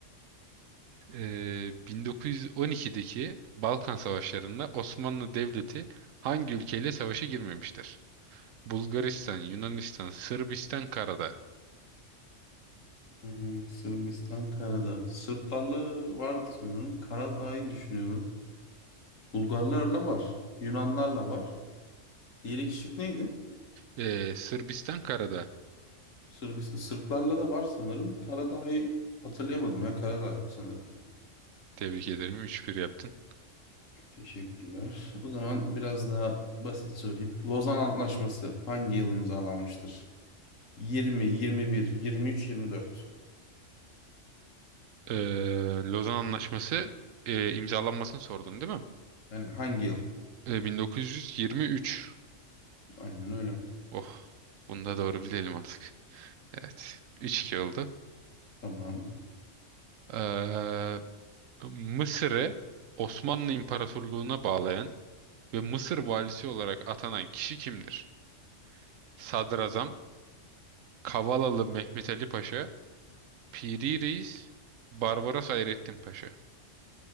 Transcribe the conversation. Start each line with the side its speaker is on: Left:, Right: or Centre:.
Right: Ee, 1912'deki Balkan Savaşları'nda Osmanlı Devleti hangi ülkeyle savaşa girmemiştir? Bulgaristan, Yunanistan, Sırbistan, Karadağ.
Left: Hmm, Sırbistan, Karadağ. Sırplarla vardı sanırım. Karadağ'ı düşünüyorum. Bulgarlarla var. Yunanlarla var. Diğeri kişilik neydi?
Right: Ee, Sırbistan, Karadağ.
Left: Sırbistan. Sırplarla da var sanırım. Karadağ'ı hatırlayamadım ya. Karadağ sanırım.
Right: Tebrik ederim. üç bir yaptın.
Left: Teşekkürler. O zaman biraz daha basit sorayım. Lozan Antlaşması hangi yıl imzalanmıştır? 20, 21, 23, 24.
Right: Ee, Lozan Anlaşması e, imzalanmasını sordun değil mi?
Left: Yani hangi yıl?
Right: Ee, 1923.
Left: Aynen öyle.
Right: Oh, bunu da doğru bilelim artık. Evet. üç 2 oldu.
Left: Tamam.
Right: Ee, Mısır'ı Osmanlı İmparatorluğu'na bağlayan ve Mısır valisi olarak atanan kişi kimdir? Sadrazam, Kavalalı Mehmet Ali Paşa, Piri Reis, Barbaros Hayrettin Paşa.